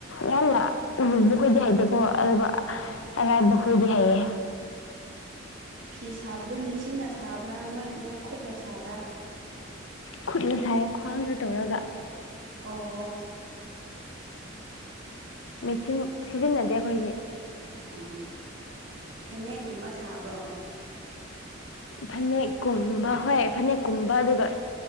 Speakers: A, on the left; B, on the right.
A: ꯌꯥꯝꯍꯅ ꯂꯨꯕ ꯑꯣꯏꯗꯤ ꯍꯥꯏꯗꯦꯀꯣ ꯑꯗꯨꯒ ꯔꯥꯏꯕꯈꯣꯏꯗꯤ ꯍꯥꯏꯌꯦ
B: ꯐꯤ ꯁꯥꯕꯗꯣ ꯃꯦꯠꯆꯤꯟꯅ ꯁꯥꯕ꯭ꯔꯥ ꯅꯣꯏ ꯅꯪ ꯈꯨꯠꯅ ꯁꯥꯕ꯭ꯔꯥ
A: ꯈꯨꯠꯅ ꯁꯥꯏ ꯈ꯭ꯋꯥꯡꯗ ꯇꯧꯔꯒ
B: ꯑꯣ
A: ꯃꯦꯆꯤꯟ ꯁꯤꯖꯤꯟꯅꯗꯦ ꯑꯩꯈꯣꯏꯗꯤ
B: ꯑ ꯐꯅꯦꯛꯀꯨꯝꯕ ꯁꯥꯕ꯭ꯔꯣ
A: ꯐꯅꯦꯛ ꯀꯨꯝꯕ ꯍꯣꯏ ꯐꯅꯦꯛꯀꯨꯝꯕ ꯑꯗꯨꯒ